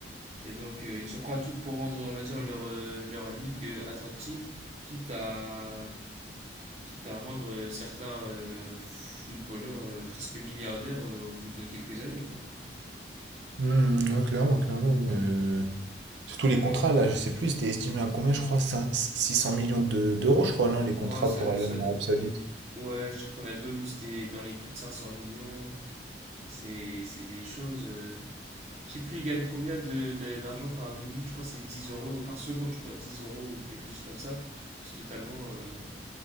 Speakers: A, on the right; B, on the right.
A: Et donc, euh, ils sont prêts à tout pour rendre, on va dire, leur, euh, leur ligue euh, attractive, quitte à, quitte à rendre euh, certains euh, footballeurs euh, presque milliardaires euh, au bout de quelques années, quoi.
B: Hmm, ouais, clairement, clairement. euh, Surtout les contrats, là, je sais plus, c'était estimé à combien, je crois, cin- 600 millions de- d'euros, je crois, non, les contrats
A: Ouais, ça,
B: pour aller
A: ça-
B: en Arabie Saoudite.
A: ouais, je sais que Ronaldo, lui, c'était dans les coups de 500 millions. Enfin, c'est, c'est des choses... euh, Je sais plus, il gagne combien de, de- d'argent par minute, je crois, que c'est 10 euros par seconde, je crois, 10 euros ou quelque chose comme ça. C'est totalement... euh,